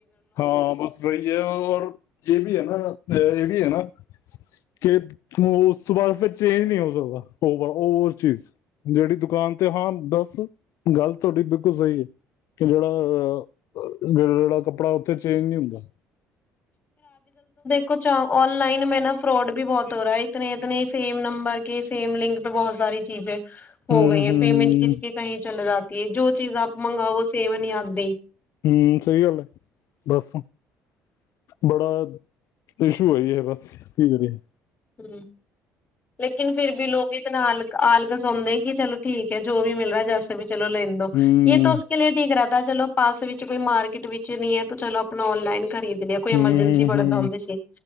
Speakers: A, on the left; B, on the left.
A: ਹਾਂ ਬਸ ਸਹੀ ਹੈ ਔਰ ਜੇ ਵੀ ਹੈ ਨਾ ਇਹ ਵੀ ਹੈ ਨਾ, ਕਿ ਉਸ ਤੋਂ ਬਾਅਦ ਫਿਰ ਚੇਂਜ ਨਹੀਂ ਹੋ ਸਕਦਾ। ਹੋਰ ਚੀਜ਼ ਜਿਹੜੀ ਦੁਕਾਨ ਤੇ ਹਾਂ ਬਸ, ਗੱਲ ਤੁਹਾਡੀ ਬਿਲਕੁਲ ਸਹੀ ਹੈ। ਕਿ ਜਿਹੜਾ ਜੜ ਜਿਹੜਾ ਕੱਪੜਾ ਫਿਰ ਚੇਂਜ ਨਹੀਂ ਹੁੰਦਾ
B: ਕੁਛ ਔਨਲਾਈਨ ਮੇਂ ਨਾ ਫਰੋਡ ਵੀ ਬਹੁਤ ਹੋ ਰਿਹਾ ਹੈ। ਇਤੇ ਇਤਨੇ ਸੇਮ ਨੰਬਰ ਕੇ ਸੇਮ ਲਿੰਕ ਪੇ ਬਹੁਤ ਸਾਰੀ ਚੀਜ਼ੇ ਹੋ
A: ਹੂੰ
B: ਗਈ
A: ਹੂੰ
B: ਹੈ ਪੇਮੈਂਟ ਕਿਸ
A: ਹੂੰ,
B: ਕਹੀ ਚਲੇ ਜਾ ਤੇ ਜੋ ਚੀਜ਼ ਆਪ ਮੰਗਵਾਓੋ, ਸੇਮ ਨੀ ਆਂਦੀ ਤੇ
A: ਹਮ। ਸਹੀ ਗੱਲ ਹੈ। ਬਸ ਬੜਾ ਇਸ਼ੂ ਆਈ ਹੈ, ਬਸ ਕੀ ਕਰਿਏ।
B: ਹਮ ਲੇਕਿਨ ਫਿਰ ਵੀ ਲੋਕ ਇਤਨਾ ਆਲ ਆਲਕ ਸੁੌਦੇ ਕਿ ਚਲੋ ਠੀਕ ਹੈ ਜੋ ਵੀ ਮਿਲ ਰਿਹਾ ਹੈ ਜੈਸ ਚਲੋ ਲੈਨ ਦੋ
A: ਹੂੰ
B: ਇਹ ਤਾਂ ਉਸ ਠੀਕ ਰ ਤਾਂ ਚਲੋ ਪਾਸ ਵਿੱਚ ਕੋਈ ਮਾਰਕੀਟ ਵਿੱਚ ਨੀ ਹੈ ਤੇ ਚਲੋ ਆਪਣਾ ਔਨਲਾਈਨ ਖਰੀਦ ਲਿਆ ਕੋਈ ਐਮਰਜੈਂਸੀ
A: ਹੂੰ
B: ਪੜ੍ਹਦ
A: ਹੂੰ
B: ਹੁੰਦੀ ਸੀ